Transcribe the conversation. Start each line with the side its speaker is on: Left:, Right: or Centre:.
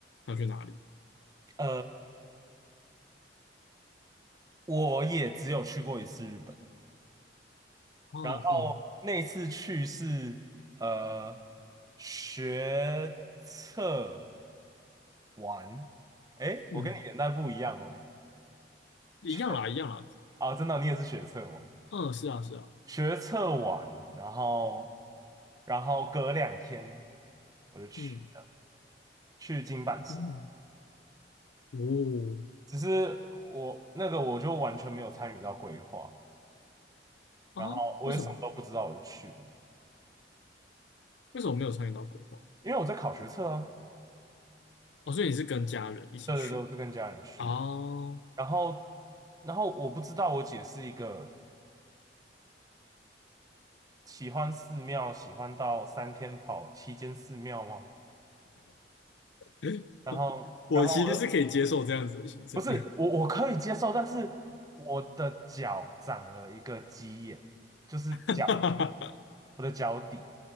Left: 想去哪里？
Right: <laughs> 呃，我也只有去过一次日本，
Left: 哦哦，
Right: 然后那次去是呃学测完，诶，
Left: 嗯，
Right: 我跟你年代不一样哦。
Left: 一样啦，
Right: 学
Left: 一样啦。
Right: 啊，真的，你也是学测吗？
Left: 嗯，是啊，是啊。
Right: 学测完，然后然后隔两天我就去这样，
Left: 嗯
Right: 去金板神。
Left: 嗯，哦
Right: 只是我那个我就完全没有参与到规划，
Left: 啊，
Right: 然后我也什么都不知道我就去了，
Left: 为什么？为什么没有参与到规划？
Right: 因为我在考学测啊。
Left: 哦，所以你是跟家人一起去
Right: 对对对，我是跟家人去。
Left: 哦。
Right: 然后，然后我不知道我姐是一个喜欢寺庙，喜欢到三天跑七间寺庙吗？
Left: <laughs>
Right: 然后 <laughs>，
Left: 我其实是可以接受这样子的行程，
Right: 然后我的不是我我可以接受，但是我的脚长了一个鸡眼，就是脚底，
Left: <laughs>
Right: 我的脚底